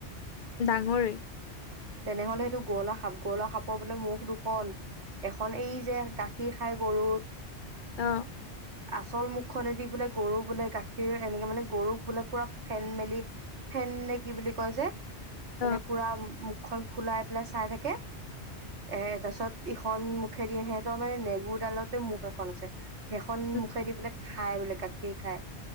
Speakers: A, on the left; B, on the right.
A: ডাঙৰেই।
B: তেনেহলে সেইটো গঁলা সাপ গঁলা সাপৰ বোলে মুখ দুখন এখন এই যে গাখীৰ খাই গৰুৰ।
A: অ।
B: আচল মুখনেদি বোলে গৰু বোলে গাখীৰ এনেকে মানে গৰুক বোলে পুৰা ফেন মেলি ফেন নে কি বুলি কয় যে।
A: অ'
B: মানে পুৰা। খন ফুলাই পেলাই চাই থাকে এ তাৰপাছত ইখন মুখেদি সিহঁতৰ মানে নেগুৰ ডালতে মুখ এখন আছে। সেইখন
A: উম,
B: মুখে দি বোলে খাই বোলে কাক। কি খাই?